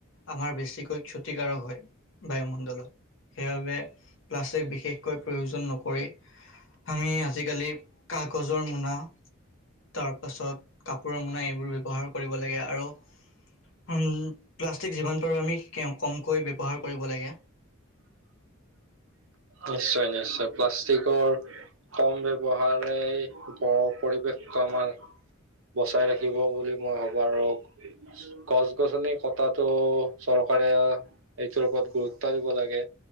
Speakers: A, on the left; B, on the right.
A: আমাৰ বেছিকৈ ক্ষতিকাৰক হয় বায়ুমণ্ডলত। সেইবাবে প্লাষ্টিক বিশেষকৈ প্ৰয়োজন নকৰি আমি আজিকালি কাগজৰ মোনা তাৰ পাছত কাপোৰৰ মোনা এইবোৰ ব্যৱহাৰ কৰিব লাগে আৰু উম, প্লাষ্টিক যিমান পাৰোঁ আমি কেও কমকৈ ব্যৱহাৰ কৰিব লাগে।
B: নিশ্চয়, নিশ্চয় প্লাষ্টিকৰ কম ব্যৱহাৰেই বৰ পৰিৱেশটো আমাৰ বচাই ৰাখিব বুলি মই ভাবা আৰু গছ-গছনি কতাটো চৰকাৰে এইটোৰ ওপৰত গুৰুত্ব দিব লাগে।